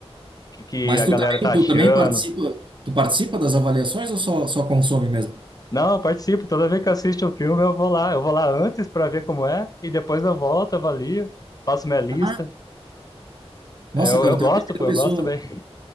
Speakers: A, on the left; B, on the right.
A: que, que
B: Mas
A: a galera
B: tu também,
A: tá
B: tu
A: achando.
B: também participa, tu participa das avaliações ou só, só consome mesmo?
A: Não, eu participo. Toda vez que eu assisto um filme, eu vou lá. Eu vou lá antes pra ver como é, e depois eu volto, avalio, faço minha lista.
B: Ah, nossa,
A: Eu,
B: cara,
A: eu gosto,
B: tu é a primeira
A: pô, eu
B: pessoa.
A: gosto bem.